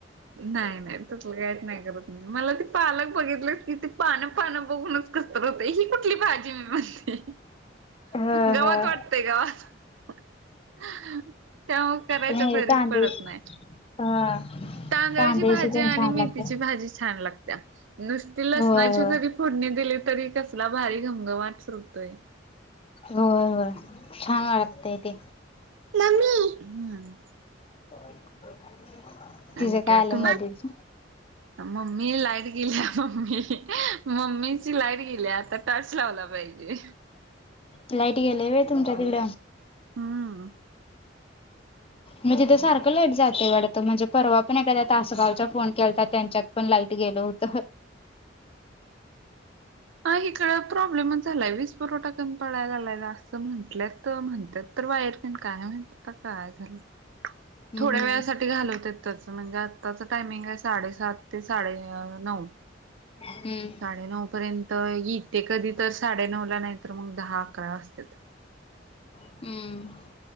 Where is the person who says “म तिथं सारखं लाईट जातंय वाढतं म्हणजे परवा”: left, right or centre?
Left